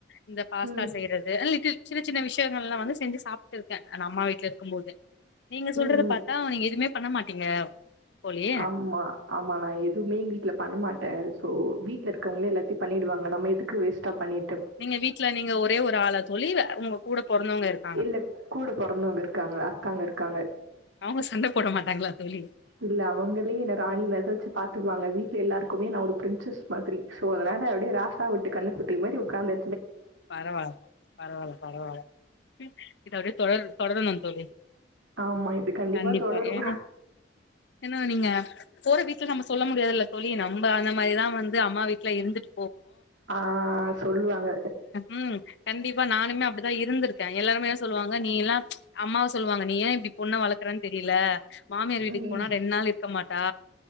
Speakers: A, on the left; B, on the right.
A: இந்த பாஸ்தா
B: ம்.
A: செய்றது ஆனா லிட்டில் சின்ன சின்ன விஷயங்கலெல்லா வந்து செஞ்சு சாப்பிட்ருக்கே நா அம்மா வீட்ல இருக்கு போது நீங்க சொல்றது
B: ம்.
A: பாத் நீங்க எதுமே பண்ண மாட்டீங்க தோழி
B: ஆம்மா ஆமா நா எதுமே எ வீட்ல பண்ணமாட்டே சோ வீட்ல இருக்கவங்களே எல்லாத்தையு பண்ணிடுவாங்க நம்ம எதுக்கு வேஸ்டா பண்ணி
A: நீங்க வீட்ல நீங்க ஒரே ஒரு ஆளா தோழி அ உங்க கூட பொறந்தவங்க இருக்
B: இல்ல கூட பொறந்தவங்க இருக்காங்க அக்கா இருக்காங்க
A: அவங்க சண்ட போட மாட்டாங்களா தோழி
B: இல்ல அவுங்களே என்ன ராணி மாதிரி தா வச்சு பாத்துக்குவாங்க வீட் எல்லாருக்குமே நா ஒரு பிரின்சஸ் மாதரி சோ அதனால அப்டியே ராசா வீட்டு கண்ணு குட்டி மாரி ஒக்காந்து
A: பரவால பரவால பரவால இது அப்டியே தொடர் தொடருனு தோழி
B: ஆமா இது
A: கண்டிப்பா
B: தொடரும்.
A: ஏன்னா ஏன்னா நீங்க போற வீட் து நம்ம சொல்ல முடியாதுல தோழி நம்ப அந்த மாரி தா வந்து அம்மா வீ்ட்ல இருந்துட்
B: ஆஹ்ஹ் சொல்லுவாங்க
A: உம் கண்டிப்பா நானுமே அப்டிதா இருந்துருக்கே எல்லாருமே சொல்வாங்க நீ எல்லா ச் அம்மாவ சொல்வாங்க நீ ஏ இப்டி பொண்ண வளக்ரேன் தெரில மாமியார் வீட்டுக்கு
B: ம்
A: போனா ரெண்ட் நாள் இருக்க மாட்டா